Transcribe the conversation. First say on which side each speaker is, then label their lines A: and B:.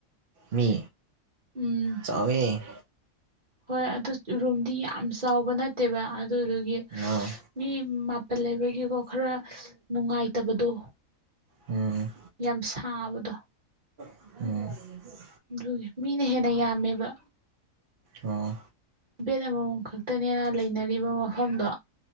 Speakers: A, on the right (about 50°); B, on the right (about 35°).
A: ꯃꯤ
B: ꯎꯝ
A: ꯆꯥꯎꯋꯦ ꯍꯦ <inaudible>
B: ꯍꯣꯏ ꯑꯗꯨ ꯔꯨꯝꯗꯤ ꯌꯥꯝ ꯆꯥꯎꯕ ꯅꯠ ꯇꯦꯕꯥ ꯑꯗꯨꯗꯨꯒꯤ
A: ꯑꯣ
B: ꯃꯤ ꯃꯥꯄꯜ ꯂꯩꯕꯒꯤꯀꯣ ꯈꯔ ꯅꯨꯡꯉꯥꯏꯇꯕꯗꯣ
A: ꯎꯝ
B: ꯌꯥꯝ ꯁꯥꯕꯗꯣ
A: ꯎꯝ
B: ꯑꯗꯨꯒꯤ ꯃꯤꯅ ꯍꯦꯟꯅ ꯌꯥꯝꯃꯦꯕ
A: ꯑꯣ
B: ꯕꯦꯠ ꯑꯃꯃꯝ ꯈꯛꯇꯅꯦꯅ ꯂꯩꯅꯔꯤꯕ ꯃꯐꯝꯗꯣ